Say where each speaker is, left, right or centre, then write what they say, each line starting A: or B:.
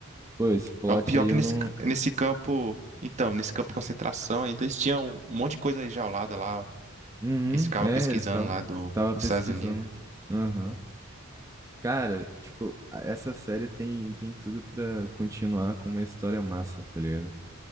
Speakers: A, on the right; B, on the right.
A: Pô, esse plot
B: É o pior
A: aí
B: que
A: eu
B: nesse,
A: não.
B: nesse campo. Então, nesse campo de concentração ainda eles tinham um monte de coisa enjaulada lá.
A: Uhum,
B: Que eles ficavam
A: é,
B: pesquisando
A: eles estavam
B: lá do,
A: tava
B: dos
A: pesquisando.
B: Estados Unidos.
A: Aham. Cara, tipo, a- essa série tem, tem tudo pra continuar com uma história massa, tá ligado?